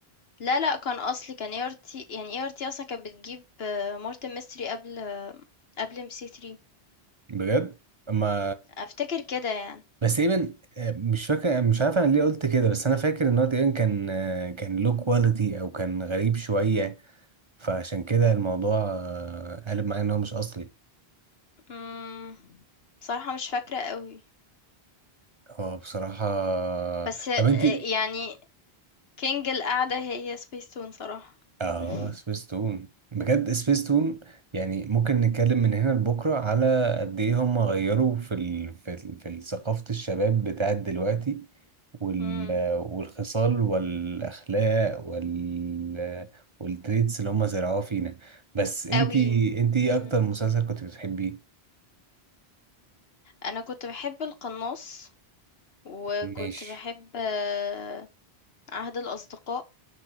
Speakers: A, on the left; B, on the right.
A: لا لا كان اصلي كان اي ار تي يعني اي ار تي اصلا كانت بتجيب آه، مارتن ميستري قبل آه، قبل ام سي 3
B: بجد ما
A: افتكر كده يعني
B: بس تقريبا آه، مش فاكر مش عارف انا ليه قلت كده بس انا فاكر ان هو تقريبا كان آه، كان لو كواليتي او كان غريب شويه فعشان كده الموضوع آه، قلب معايا ان هو مش اصلي
A: امم صراحة مش فاكرة قوي
B: هو بصراحة
A: بس آه،
B: طب انت
A: يعني كينج القعدة هي سبيس تون صراحة
B: اه
A: <laughs>
B: سبيس تون بجد سبيس تون يعني ممكن نتكلم من هنا لبكرة على قد ايه هم غيروا في ال... في ال... في ثقافة الشباب بتاعت دلوقتي وال...
A: امم
B: والخصال والاخلاق وال والتريتس اللي هم زرعوها فينا بس انت
A: قوي
B: انت ايه
A: امم
B: اكتر مسلسل كنت بتحبيه
A: انا كنت بحب القناص وكنت
B: ماشي
A: بحب آه، عهد الاصدقاء